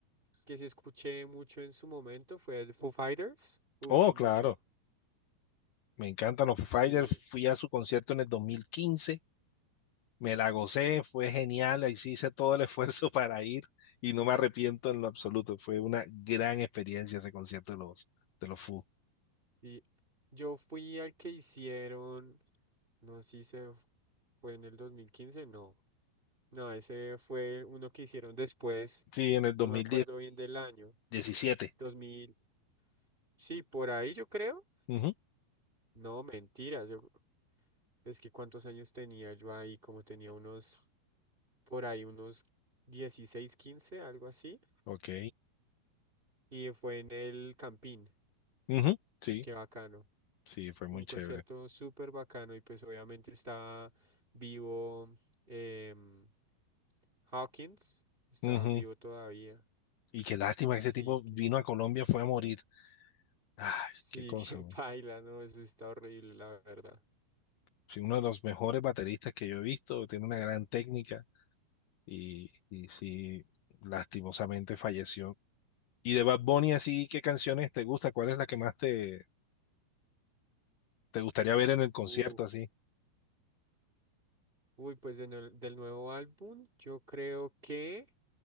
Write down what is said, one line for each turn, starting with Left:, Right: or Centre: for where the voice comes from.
Right: que sí escuché mucho en su momento, fue el Foo Fighters. Uf,
Left: Oh,
Right: mucho.
Left: claro, me encantan los Foo Fighters.
Right: Sí.
Left: Fui a su concierto en el 2015. me la gocé, fue genial. Ahí sí hice todo el esfuerzo <laughs> para ir y no me arrepiento en lo absoluto. Fue una gran experiencia ese concierto de los, de los Foo.
Right: Y yo fui al que hicieron, no sé si se fue en el 2015, no. No, ese fue uno que hicieron después,
Left: Sí, en el
Right: no
Left: dos
Right: me
Left: mil
Right: acuerdo bien del año.
Left: diecisiete.
Right: dos mil, sí, por ahí yo creo.
Left: Ujú,
Right: No, mentiras, yo, es que cuántos años tenía yo ahí, como tenía unos, por ahí unos 16 15, algo así.
Left: Ok.
Right: Y fue en el Campín,
Left: Ujú, Sí,
Right: qué bacano.
Left: sí, fue muy
Right: un
Left: chévere.
Right: concierto súper bacano y pues obviamente está vivo em, Hawkins, está
Left: Ujú.
Right: vivo todavía.
Left: Y qué lástima que
Right: Sí,
Left: ese tipo vino
Right: que,
Left: a Colombia, fue a morir. Ay,
Right: sí,
Left: qué cosa,
Right: <laughs> que
Left: man.
Right: baila, ¿no? Eso está horrible, la verdad.
Left: Sí, uno de los mejores bateristas que yo he visto, tiene una gran técnica y, y sí, lastimosamente falleció. Y de Bad Bunny, así, ¿qué canciones te gusta? ¿Cuál es la que más te, te gustaría ver en el concierto,
Right: Uh,
Left: así?
Right: uy, pues de nue- del nuevo álbum, yo creo que